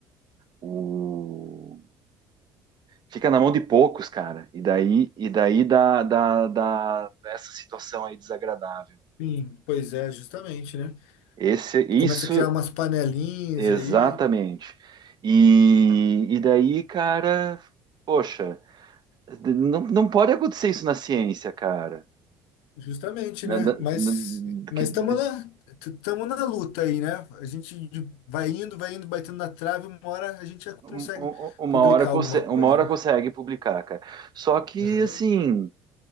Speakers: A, on the right (about 45°); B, on the left (about 70°).
A: o- fica na mão de poucos, cara. E daí, e daí dá, dá, dá essa situação aí desagradável.
B: Sim, pois é, justamente, né?
A: Esse, isso,
B: Começa a criar umas panelinhas
A: exatamente.
B: aí,
A: E, e daí, cara, poxa, não, não pode acontecer isso na ciência, cara.
B: Justamente,
A: Na-
B: né?
A: na-
B: Mas
A: na-
B: mas
A: que-
B: estamos na estamos na luta aí, né? A gente vai indo, vai indo, batendo na trave, uma hora a gente já
A: um-
B: consegue
A: um- uma
B: publicar
A: hora consegue,
B: alguma coisa,
A: uma hora
B: né?
A: consegue publicar, cara. Só que,
B: Aham.
A: assim,